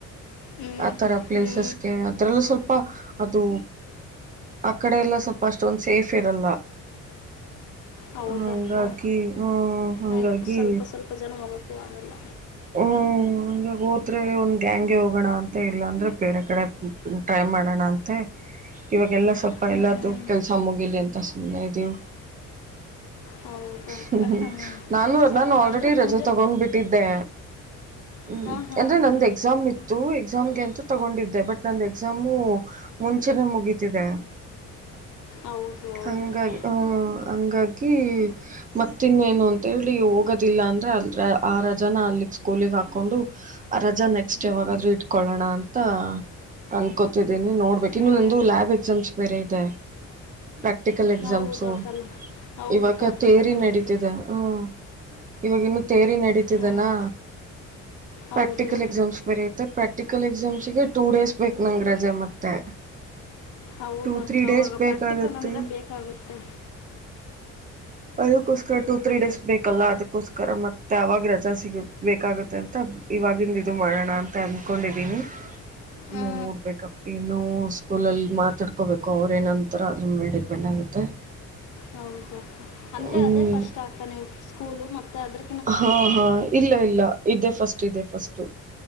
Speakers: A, on the left; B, on the right.
A: ಹ್ಞೂ
B: ಆ ತರ ಪ್ಲೇಸಸ್ಗೆ
A: ಹ್ಞೂ
B: ಆ ತರ ಯಲ್ಲ ಸ್ವಲ್ಪ ಅದು ಆ ಕಡೆ ಎಲ್ಲ ಸ್ವಲ್ಪ ಅಷ್ಟೊಂದ ಸೇಫ್ ಇರಲ್ಲ
A: ಹೌದಕ್ಕ
B: ಹಂಗಾಗಿ ಹ ಹಂಗಾಗಿ
A: ನ ಸ್ವಲ್ಪ ಸ್ವಲ್ಪ ಜನ ಹೋಗಕು ಆಗಲ್ಲ.
B: ಹೂ ಹೋದ್ರೆ ಒಂದ್ ಗ್ಯಾಂಗ್ಗೆ ಹೋಗೋಣ ಅಂತ ಇಲ್ಲ ಅಂದ್ರೆ ಬೇರೆ ಕಡೆ ಟ್ರೈ ಮಾಡೋಣ ಅಂತೆ ಇವಾಗ. ಎಲ್ಲ ಸ್ವಲ್ಪ
A: ಹ್ಞೂ
B: ಎಲ್ಲಾರ್ದು ಕೆಲಸ ಮುಗಿಲಿ ಅಂತ ಅಷ್ಟ್ ನ್ನದುವು
A: ಹೌದು ಅಕ್ಕ
B: ಹ್ಮ್ ಹ್ಮ್
A: ಹಾಂ
B: ನಾನು
A: ಚೆನ್ನ
B: ನಾನು ಆಲ್ರೆಡಿ
A: ಅಂದರೆ ಪೂಜೆ
B: ರಜೆ ತಗೊಂಡ್ ಬಿಟ್ಟಿದ್ದೆ. ಹ್ಮ್
A: ಹಾಂ ಹಾಂ
B: ಅಂದ್ರೆ ನಂದ ಎಕ್ಸಾಮ್ ಇತ್ತು ಎಕ್ಸಾಮ್ಗೆ ಅಂತ ತಗೊಂಡಿದ್ದೆ ಬಟ್ ನಂದು ಎಕ್ಸಾಮು ಮುಂಚೆನೆ ಮುಗೀತಿದೆ
A: ಹೌದು ಹೌದಕ್ಕ
B: ಹಂಗಾಗಿ ಹ್ಮ್ ಹಂಗಾಗಿ. ಮತ್ತ ಇನ್ನೇನು ಅಂತೇಳಿ ಹೋಗೋದಿಲ್ಲ ಅಂದ್ರೆ ಅಲ್ ಆರ ಜನ ಅಲ್ಲಿ ಸ್ಕೂಲಿಗೆ ಹಾಕೊಂಡು ರಜಾ ನೆಕ್ಸ್ಟ್ ಡೇ ಯಾವಾಗಾದ್ರೂ ಇಟ್ಕೊಳ್ಳೋಣ ಅಂತ ಅನ್ಕೋತಿದ ಇದ ನೋಡ್ಬೇಕ
A: ಹ್ಞೂ
B: ಇನ್ನು ನಂದು ಲ್ಯಾಬ್ ಎಕ್ಸಾಮ್ಸ್ ಬೇರೆ ಐತೆ. ಪ್ರಾಕ್ಟಿಕಲ್ ಎಕ್ಸಾಮ್ಸು
A: ಹೌದು ಅಕ್ಕಲ್ಲ ಹೌದು
B: ಇವಾಗ
A: ಪ್ರಾಕ್ಟಿಕಲ್
B: ತೇರಿ
A: ಇರುತ್ತೆ
B: ನಡೀತಿದೆ ಹ್ಮ ಇವಾಗ ಇನ್ನು ತೇರಿ ನಡೀತಿದೆನಾ.
A: ಹಾಂ ಹೌದು
B: ಪ್ರಾಕ್ಟಿಕಲ್ ಎಕ್ಸಾಮ್ಸ್ ಬರೆೆಯ ಪ್ರಾಕ್ಟಿಕಲ್ ಎಕ್ಸಾಮ್ಸ್ಗೆ ಟೂ ಡೇಸ್ ನಂಗ್ ರಜೆ ಮತ್ತೆ.
A: ಹೌದು
B: ಟೂ
A: ಅಕ್ಕ
B: ತ್ರೀ ಡೇಸ್
A: ಅವಾಗ
B: ಬೇಕಾಗತ್ತೆ
A: ಪ್ರಾಕ್ಟಿಕಲ್ ಅಂದರೆ ಬೇಕಾಗುತ್ತೆ
B: ಅದಕ್ಕೋಸ್ಕರ ಟೂ ತ್ರೀ ಡೇಸ್ ಬೇಕಲ್ಲ ಅದಕ್ಕೋಸ್ಕರ ಮತ್ತೆ. ಅವಾಗ ರಜ ಸಿಗು <unintelligible> ಬೇಕಾಗುತ್ತೆ ಅಂತ ಇವಾಗಿಂದ ಇದು ಮಾಡೋಣ ಅಂತ ಅಂದಕೊಂಡಿದೀನಿ
A: ಹ್ಞೂ
B: ಇನ್ನು ನೋಡ್ಬೇಕಪ್ಪ ಇನ್ನು ಸ್ಕೂಲಲ್ಲಿ ಮಾತಾಡ್ಕೋಬೇಕು ಅವ್ರ ಏನಂತರ ಅದ್ರ ಮೇಲೆ ಡಿಪೆಂಡ್ ಆಗುತ್ತೆ
A: ಹೌದಾ ಅಂದ್ರೆ
B: ಹ್ಮ್
A: ಅದೇ ಫಸ್ಟ್ ಅಕ್ಕ ನೀವು ಸ್ಕೂಲು ಮತ್ತೆ ಅದ್ರ
B: ಹಾ ಹಾ ಇಲ್ಲ ಇಲ್ಲ ಇದೆ ಫಸ್ಟ್ ಇದೆ ಫಸ್ಟ್